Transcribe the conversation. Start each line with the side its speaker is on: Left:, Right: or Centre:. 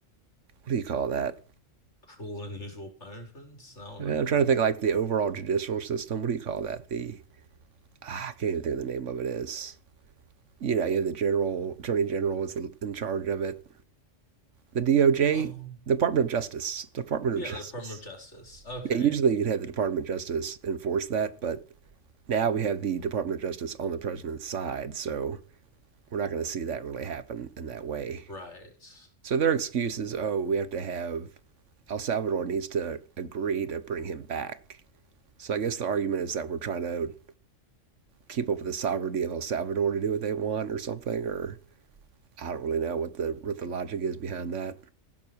Right: do you call that?
Left: Cruel and unusual punishments? Snellring
Right: I'm trying
Left: and
Right: to think like the overall judicial system. What do you call that? The ah, I can't even think of the name of it is. You know, you have the general attorney general is in charge of it. The DOJ,
Left: oh
Right: Department of Justice, Department
Left: yeah,
Right: of Justice.
Left: the Department of Justice. Okay.
Right: Yeah, usually you'd have the Department of Justice enforce that, but now we have the Department of Justice on the president's side, so we're not going to see that really happen in that way.
Left: Right.
Right: So their excuse is, oh, we have to have El Salvador needs to agree to bring him back. So I guess the argument is that we're trying to keep up with the sovereignty of El Salvador to do what they want or something, or I don't really know what the what the logic is behind that.